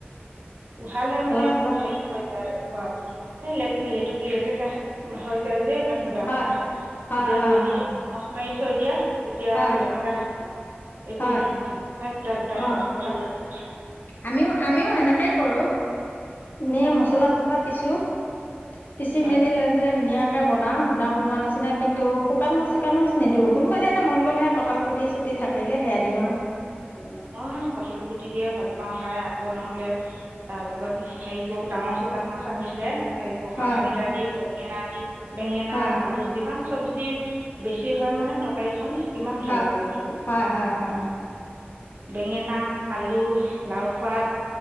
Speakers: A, on the right; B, on the left.
A: উহালে মানে
B: চছলা
A: হেৰি হয়। লে লেটু লেতেকাষ হৈ যায় যে। সেইকাৰণে বেয়া
B: হয়
A: পাওঁ খায়,
B: হয়
A: এতিয়া
B: অঁ
A: যদি
B: অঁ
A: মছ মাৰি থৈ দিয়া তেতিয়া
B: হয়
A: আৰু লেতেকা নহয়। একো
B: হয়
A: নহয় <unintelligible> গোটা গোটাই
B: অঁ
A: হৈ থাকে ভাল লাগে খাই।
B: আমিও আমিও সেনেকেই কৰো। এনে মছলা চছলা পিছো, পিছি
A: হয়
B: মেলি লৈ। ধুনীয়াকে বনাওঁ ভুনা বনোৱা নিচিনা, কিন্তু শুকান মাছ, চোকান মাছ নিদো, কোনোবা দিনা মন গ'লেহে। কঁঠাল গুটি চুটি থাকিলে সেয়া দিওঁ আও।
A: নহয়, কঁঠাল গুটি দিয়ে ভাল পাওঁ খাই আকৌ নহ'লে। তাৰ লগত হেৰি কৰো, ডাঙৰ শুকান মাছ আনিলে। হেৰি কৰোঁ,
B: হয়
A: মাথা কিটা দি, বেঙেনা দি, বেঙেনা,
B: হয়
A: আলু যিমান চবজি বেছি হয় মানে, তৰকাৰীখন কিমান
B: হয়
A: ভাল লাগে ধৰি লোৱা।
B: হয় হয় হয়
A: বেঙেনা, আলু, লাও পাত।